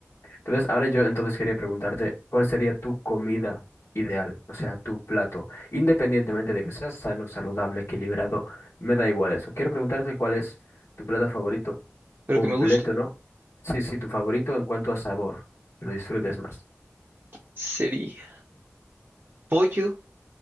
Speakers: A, on the left (about 80°); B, on the right (about 45°).
A: Entonces, ahora yo entonces quería preguntarte, ¿cuál sería tu comida ideal? O sea, tu plato. Independientemente de que sea sano, saludable, equilibrado, me da igual eso. Quiero preguntarte cuál es tu plato favorito
B: Pero
A: completo,
B: que me guste
A: ¿no? Sí, sí, tu favorito en cuanto a sabor, que lo disfrutes más.
B: sería pollo